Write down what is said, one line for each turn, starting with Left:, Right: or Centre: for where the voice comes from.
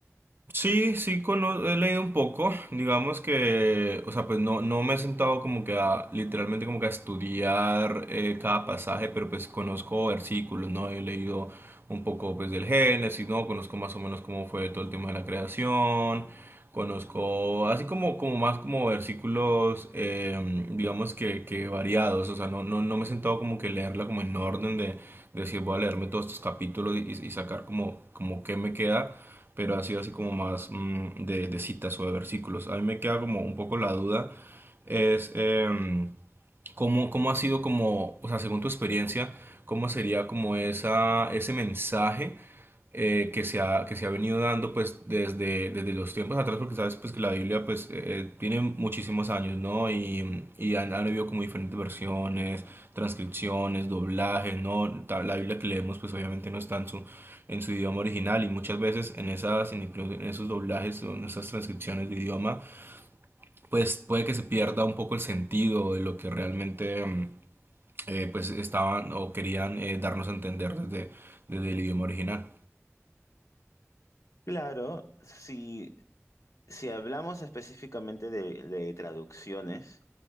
Right: Sí, sí, cono- he leído un poco, digamos que, o sea, pues no, no me he sentado como que a, literalmente como que a estudiar eh, cada pasaje, pero pues conozco versículos, ¿no? He leído un poco pues del Génesis, ¿no? Conozco más o menos cómo fue todo el tema de la creación, conozco así como, como más como versículos, eh, digamos que, que variados, o sea, no, no, no me he sentado como que leerla como en orden de decir voy a leerme todos estos capítulos y, y sacar como, como qué me queda pero ha sido así como más mm, de, de citas o de versículos. A mí me queda como un poco la duda, es em, ¿Cómo, cómo ha sido como, o sea, según tu experiencia, cómo sería como esa, ese mensaje eh, que se ha, que se ha venido dando pues desde, desde los tiempos atrás? Porque sabes pues que la Biblia pues eh, eh, tiene muchísimos años, ¿no? Y, y han, han habido como diferentes versiones, transcripciones, doblajes, ¿no? Ta- La Biblia que leemos pues obviamente no está en su, en su idioma original y muchas veces en esas, en incluso en esos doblajes o en esas transcripciones de idioma pues puede que se pierda un poco el sentido de lo que realmente... mm, eh, pues estaban o querían eh, darnos a entender desde, desde el idioma original.
Left: Claro, si, si hablamos específicamente de, de traducciones,